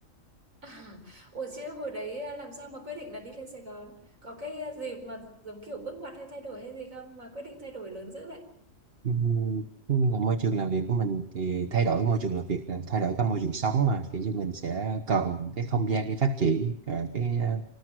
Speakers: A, on the right; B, on the right.
A: À, ủa chứ hồi đấy à, làm sao mà quyết định là đi lên Sài Gòn? Có cái à, gì mà giống kiểu bước ngoặt hay thay đổi hay gì không mà quyết định thay đổi lớn dữ vậy?
B: Ừm, nhưng mà môi trường làm việc của mình thì thay đổi môi trường làm việc là thay đổi cả môi trường sống mà kiểu như mình sẽ cần cái không gian để phát triển và cái ờ,